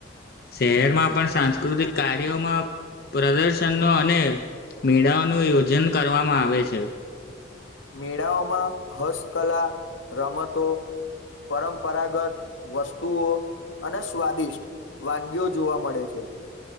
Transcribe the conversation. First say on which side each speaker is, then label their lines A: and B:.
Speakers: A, on the left (about 50°); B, on the left (about 85°).
A: શહેરમાં પણ સાંસ્કૃતિક કાર્યોમાં. પ્રદર્શન અને મેળાઓનું આ આયોજન કરવામાં આવે છે.
B: મેળાઓમાં હસ્તકલા રમતો. પરંપરાગત વસ્તુઓ અને સ્વાદિષ્ટ. વાનગીઓ જોવા મળે છે.